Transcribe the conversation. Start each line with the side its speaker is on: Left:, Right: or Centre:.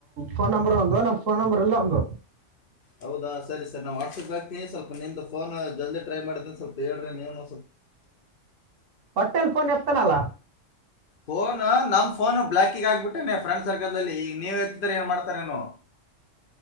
Right: ಫೋನ್ ನಂಬರ್ ಅವಂದು ನಂಗೆ ಫೋನ್ ನಂಬರ್ ಇಲ್ಲ ಅವಂದು
Left: ಹೌದಾ ಸರಿ ಸರಿ ನಾನ್ ವಾಟ್ಸಪ್ ಗೆ ಹಾಕ್ತೀನಿ ಸ್ವಲ್ಪ ನಿಂದು ಫೋನ್ ಜಲ್ದಿ ಟ್ರೈ ಮಾಡಿದೇನ ಸ್ವಲ್ಪ ಹೇಳ್ರಿ ನೀನು
Right: ಒಟ್ಟಿನಲ್ಲಿ ಫೋನ್ ಎತ್ತತಾನಲ್ಲ
Left: ಫೋನ್ ನಮ್ ಫೋನ್ ಬ್ಲಾಕಿಗೆ ಹಾಕ್ಬಿಟ್ಟಾನೆ ಫ್ರೆಂಡ್ ಸರ್ಕಲ್ದಲ್ಲಿ ಈಗ ನೀವ ಎತ್ತುತ್ತಾನೆ ಏನ್ ಮಾಡ್ತಾರೇನು